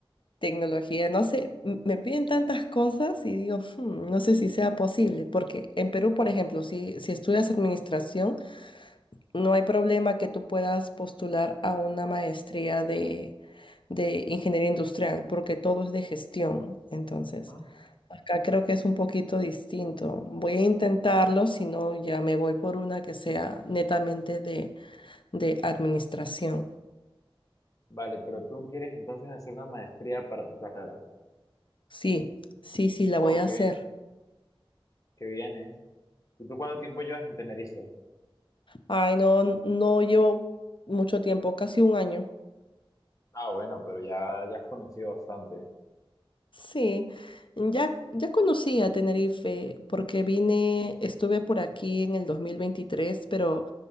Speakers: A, on the left; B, on the left.
A: Tecnología, no sé, m- me piden tantas cosas y digo, "Hmm, no sé si sea posible, porque en Perú, por ejemplo, si, si estudias administración, no hay problema que tú puedas postular a una maestría de, de ingeniería industrial, porque todo es de gestión. Entonces,
B: Ajá.
A: acá creo que es un poquito distinto. Voy a intentarlo, si no, ya me voy por una que sea netamente de, de administración.
B: Vale, pero tú quieres entonces hacer una maestría para tu carrera.
A: Sí, sí, sí, la
B: Ok,
A: voy a hacer.
B: qué bien, ¿eh? ¿Y tú cuánto tiempo llevas en Tenerife?
A: Ay, no, no llevo mucho tiempo, casi un año.
B: Ah, bueno, pero ya, ya has conocido bastante.
A: Sí, ya, ya conocí a Tenerife porque vine, estuve por aquí en el 2023 pero